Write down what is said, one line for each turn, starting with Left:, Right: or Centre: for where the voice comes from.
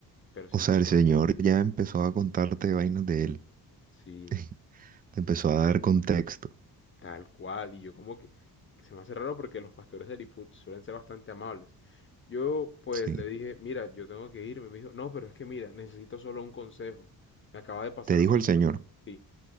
Left: pero si
Right: O sea,
Left: yo
Right: el
Left: conozco,
Right: Señor ya empezó a contarte vainas de Él,
Left: sí,
Right: <laughs> te empezó a dar contexto,
Left: tal cual, y yo como que, que se me hace raro porque los pastores del IPUT suelen ser bastante amables. Yo pues
Right: sí.
Left: le dije, mira, yo tengo que irme, me dijo, no, pero es que mira, necesito solo un consejo, me acaba de pasar
Right: Te
Left: algo
Right: dijo
Left: súper,
Right: el Señor,
Left: sí,